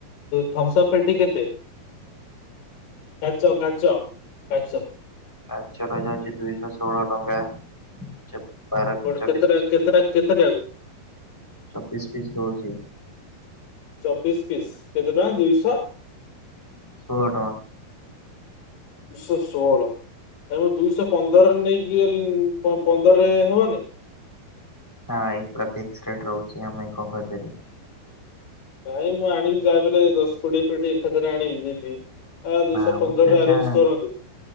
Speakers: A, on the left; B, in the centre.
A: ଥଂସ ପେଟି କେତେ? କାଚ କାଚ କାଚ
B: କଚରଜ ଅଛି ଦୁଇଶହ ଷୋହଳ ଟଙ୍କା ବାର
A: ଗୋଟେ
B: ଚବିଶ
A: କେତେଟା କେତେଟା କେତେଟାକୁ
B: ଚବିଶ ପିଶ ରହୁଛି
A: ଚବିଶ ପିସ୍ କେତେ ଟଙ୍କା ଦୁଇଶହ?
B: ଷୋହଳ ଟଙ୍କା
A: ଉଶ ସୋଳ ଆ ମୁ ଦୁଇଶହ ପନ୍ଦର ନେଇକି ପନ୍ଦରରେ ହବନି?
B: ନା ଭାଇ ପୁରା ଫିକ୍ସ ରେଟ ରହୁଛି ଆମେ କଣ କରି ପାରିବା
A: ନାଇଁ ମୁଁ ଆଣିବି ଯାହା ବଲେ ଦଶ କୋଡିଏ କୋଡି ଏକଠାଥରେ ଆଣିବି ଯିବି ଆ ଦୁଇଶହ
B: ନା ମ
A: ପନ୍ଦରରେ
B: ସେଟା
A: ଅରେଞ୍ଜ କରନ୍ତୁ